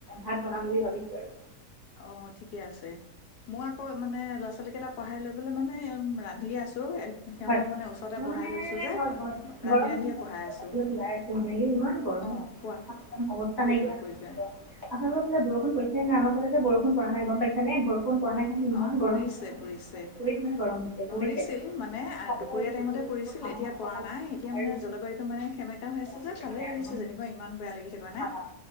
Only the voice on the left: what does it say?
অ ঠিকে আছে। মোৰ আকৌ মানে ল'ৰা-ছোৱালী কেইটা পঢ়াই লৈ পেলাই মানে ৰান্ধি আছো। সিহঁতক
মানে ওচৰতে
বঢ়াই লৈছো যে,
ৰান্ধি
ৰান্ধিয়ে পঢ়াই আছো।
অ কোৱা
কৈ
যোৱা
কৈ যোৱা
অ পৰিছে
পৰিছে
পৰিছিল
মানে
দুপৰীয়া
টাইমতে পৰিছিল
এতিয়া
পৰা নাই, এতিয়া
মানে জলবায়ুটো মানে সেমে কা হৈ আছে
যে ভালে
লাগিছে যেনিবা, ইমান বেয়া লাগি থকা নাই,